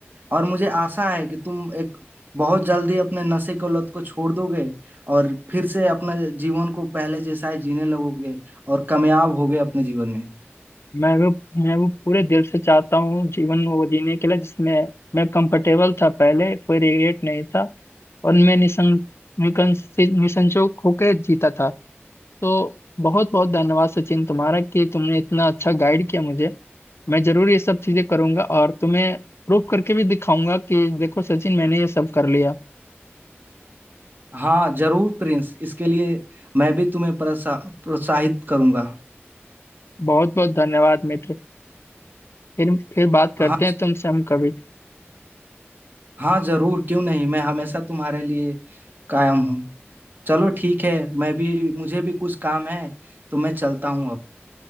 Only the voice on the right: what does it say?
और मुझे आशा है कि तुम एक बहुत जल्दी अपने नशे को लत को छोड़ दोगे और फिर से अपना जीवन को पहले जैसा ही जीने लगोगे और कामयाब होगे अपने जीवन में
हाँ जरूर प्रिंस इसके लिए मैं भी तुम्हें प्रोत्सा प्रोत्साहित करूंगा
हाँ
हाँ जरूर क्यों नहीं मैं हमेशा तुम्हारे लिए कायम हूँ चलो ठीक है मैं भी मुझे भी कुछ काम है तो मैं चलता हूँ अब